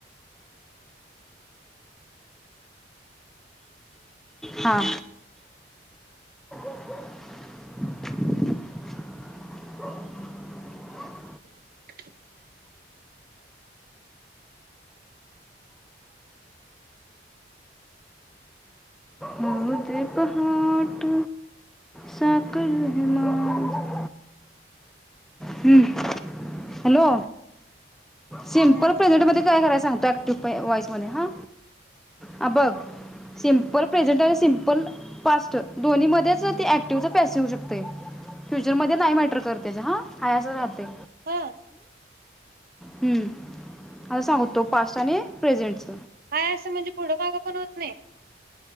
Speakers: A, in the centre; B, on the right.
A: हा. <inaudible> <inaudible>
B: <inaudible>
A: होऊदे पहाट साकर हे माझं, हम्म हॅलो? सिमपल
B: ह
A: प्रेझेंट मध्ये काय करायचं? सांगतो ऍक्टिव पै वॉईसमध्ये हा अ बग सिम्पल प्रेझंट आणि सिम्पल पास्ट दोन्ही मध्येच ते ऍक्टिव्हचा पॅसिव होऊ शकतय, फ्युचरमध्ये नाई मॅटर कर तेज हा हाय अस राहतय.
B: ह.
A: हम्म. <unintelligible> सांगतो पास्ट आणि प्रेझेंटच
B: हाय असं म्हणजे पुढं मागं पण होत नई.